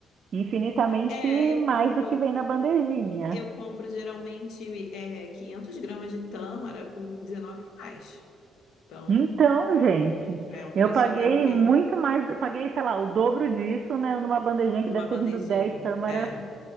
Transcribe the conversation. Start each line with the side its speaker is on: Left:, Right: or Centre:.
Right: Infinitamente
Left: É, eu
Right: mais
Left: compro,
Right: do que vem na bandejinha.
Left: eu compro geralmente é, 500 gramas de tâmara por 19 reais. Então,
Right: Então, gente,
Left: é um preço
Right: eu paguei
Left: até ok.
Right: muito mais, paguei, sei lá, o dobro disso, né, numa bandejinha
Left: Numa
Right: que deve
Left: bandejinha.
Right: ter vindo 10 tâmaras
Left: É,